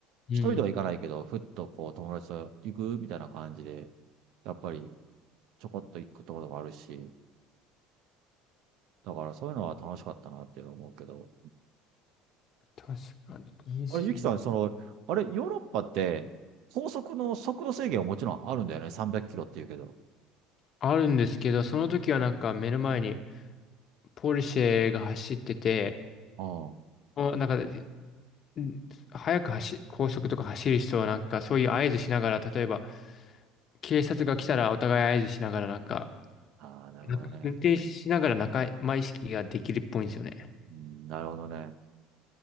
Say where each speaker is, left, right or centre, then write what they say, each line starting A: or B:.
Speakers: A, on the left (about 45°); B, on the right (about 65°).
A: うん。
B: 一人では行かないけど、ふっとこう友達と行くみたいな感じで、やっぱりちょこっと行くところもあるし、だからそういうのは楽しかったなっていうのを思うけど。
A: 確かに。いいっすよね。
B: あれ、ゆきさん、その、あれ、ヨーロッパって高速の速度制限はもちろんあるんだよね。300キロって言うけど。
A: あるんですけど、その時はなんか目の前にポルシェが走ってて、
B: うん。
A: お、なんか、ん早く走、高速とか走る人はなんか、そういう合図しながら、例えば、警察が来たらお互い合図しながらなんか、
B: ああ、なるほどね。
A: なんか運転しながら仲間意識ができるっぽいんですよね。
B: うんなるほどね。